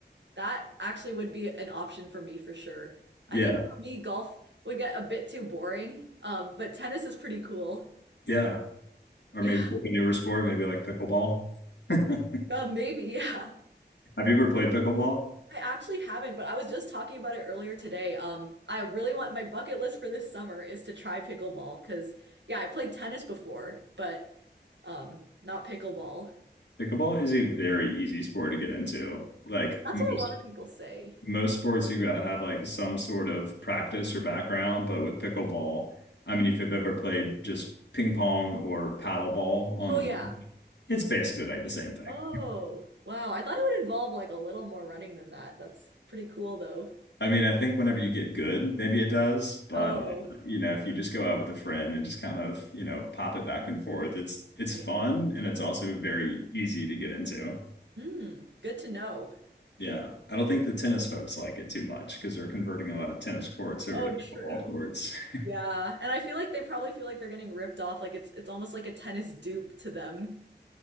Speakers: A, on the right; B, on the left.
A: That actually would be an option for me for sure. I
B: Yeah.
A: think for me, golf would get a bit too boring, um, but tennis is pretty cool. <laughs>
B: Yeah. Or
A: Yeah,
B: maybe pick a newer sport, maybe like pickleball. <laughs> Have
A: uh, maybe, <laughs> yeah.
B: you ever played pickleball?
A: I actually haven't, but I was just talking about it earlier today. Um, I really want my bucket list for this summer is to try pickleball because, yeah, I played tennis before, but um, not pickleball.
B: Pickleball is a very easy sport to get into. Like
A: That's
B: most
A: what a lot of people say.
B: most sports, you've got to have like some sort of practice or background, but with pickleball, I mean, if you've ever played just ping pong or paddle ball on
A: Oh,
B: the
A: yeah.
B: beach, it's basically like the same thing.
A: Oh, wow. I thought it would involve like a little more running than that. That's pretty cool, though.
B: I mean, I think whenever you get good, maybe it does, but
A: Oh,
B: Yeah. you know, if you just go out with a friend and just kind of, you know, pop it back and forth, it's it's
A: yeah.
B: fun and it's also very easy to get into.
A: Mm, good to know.
B: Yeah. I don't think the tennis folks like it too much because they're converting a lot of tennis courts over
A: Oh,
B: to pickleball
A: true.
B: courts. <laughs>
A: Yeah. And I feel like they probably feel like they're getting ripped off. Like it's it's almost like a tennis dupe to them.